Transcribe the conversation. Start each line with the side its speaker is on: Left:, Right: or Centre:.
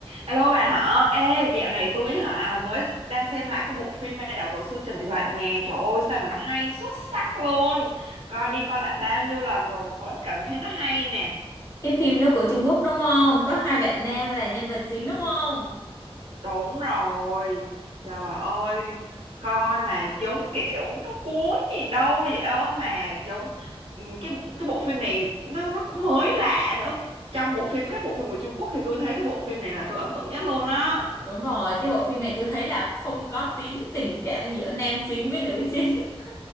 Right: Alo bà hả? Ê, dạo này tôi hả à, mới đang xem lại cái bộ phim Ma Đạo Tổ sư Trần Tình Lạnh nè. Trời ơi sao mà nó hay xuất sắc luôn. Coi đi coi lại bao nhiêu lần rồi mà vẫn cảm thấy nó hay nè.
Left: Cái phim nó của Trung Quốc đúng không? Có hai bạn nam là nhân vật chính đúng không?
Right: Đúng rồi. Trời ơi, coi mà giống kiểu nó cuốn gì đâu vậy đó mà giống ừ, cái cái bộ phim này nó nó cũng mới lạ nữa. Trong bộ phim các bộ phim của Trung Quốc thì tôi thấy cái bộ phim này là tôi ấn tượng nhất luôn á.
Left: Đúng rồi, cái bộ phim này tôi thấy là không có tín tình cảm giữa nam chính với nữ chính